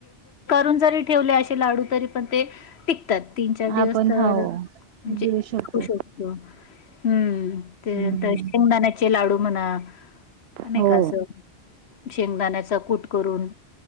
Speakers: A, on the left; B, on the right.
A: ून जरी ठेव लाडू तरी पण ते त्यात तीन चार दिवस
B: आपण
A: तर
B: हो
A: म्हणजे
B: देऊ शकतो
A: खुश असतो हम्म
B: हम्म
A: त्यांतर शेंगदाण्याचे लाडू म्हणा अ
B: हो
A: का असं शेंगदाण्याचा कूट करून